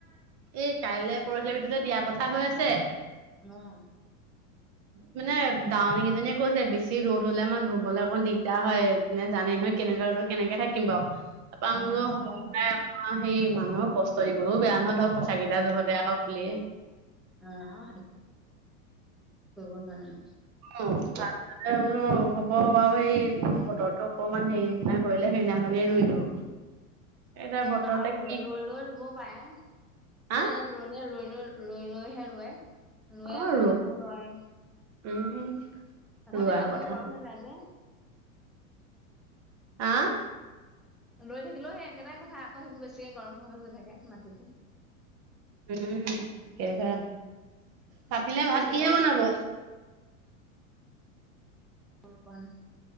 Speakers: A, on the right (about 40°); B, in the centre.
A: এই কাইলে পৰহি আমি দুটাই দিয়াৰ কথা হৈ আছে।
B: অহ
A: মানে দাৱনী কেইজনীয়ে কৈছে বেছি ৰ'দ হলে মান ৰুবলৈ অকণ দিগদাৰ হয় জানে নহয় কেনেকুৱা <unintelligible> কেনেকে থাকিম বাওঁ। পাম
B: অ
A: বোলো <unintelligible>
B: হয়
A: সেই মানুহক কষ্ট দিবলৈও বেয়া নহয় ধৰক কেইটা জহতে
B: অহ
A: আৰু বুলিয়ে
B: - অহ <unintelligible>
A: উম, তাৰপিছতে বোলো হ'ব বাৰু এই বতৰটো অকমান হেৰি নিচিনা কৰিলে সেইদিনাখনে ৰুই দিব। এতিয়া
B: উম,
A: বতৰতে
B: আৰু
A: কি
B: ৰৈ- ৰৈ ৰুব পাৰে আমাৰ
A: হা
B: ইয়াত ৰুৱনিয়ে ৰৈ -ৰৈ ৰৈ ৰৈহে ৰুৱে -ৰুৱে
A: অ
B: অকমান
A: ৰু
B: আকৌ ৰোৱাই।
A: উম
B: তথাপি
A: ৰোৱা
B: পানীবোৰ
A: কথা
B: গৰম হৈ যায় যে।
A: আহ?
B: ৰৈ থাকিলেও সেই একেটাই কথা আকৌ সেইবোৰ বেছিকে গৰম হৈ হৈ গৈ থাকে মাটিবোৰ।
A: উম, কেইবা ৰাটিলে ভাত
B: এতিয়া দোকানত
A: কিহে বনাব?
B: হয়, পোৱা নাই।